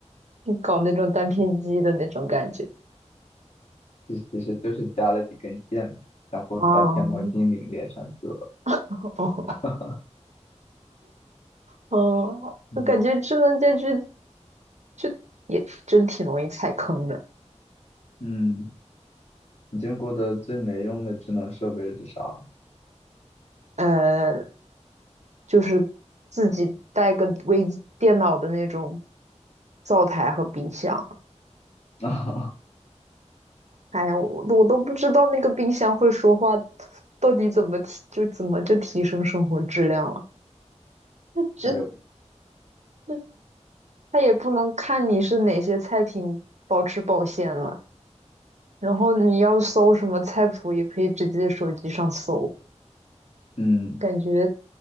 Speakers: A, on the right (about 70°); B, on the left (about 65°).
A: 你搞那种单片机的那种感觉。
B: 其其实就是加了几根线嘛然后把天猫精灵连上去了。
A: 哦哦
B: <laughs>
A: 哦，
B: 嗯
A: 我感觉智能家居就也真挺容易踩坑的。
B: 嗯，你见过的最没用的智能设备是啥？
A: 呃，就是自己带个微机电脑的那种灶台和冰箱。
B: <laughs>
A: 哎呀，我我都不知道那个冰箱会说话，到底怎么提，就怎么就提升生活质量了？那这
B: 我也不，
A: 那它也不能看你是哪些菜品保持保鲜了，然后你要搜什么菜谱，也可以直接手机上搜。
B: 嗯，
A: 感觉